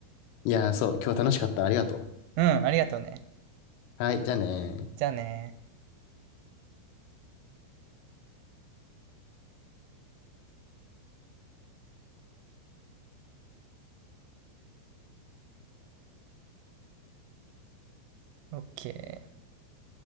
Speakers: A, on the left; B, on the right.
A: いやー、そう、今日は楽しかった。ありがとう。
B: うん、ありがとうね。
A: はい、じゃあねー。
B: じゃあね。オッケ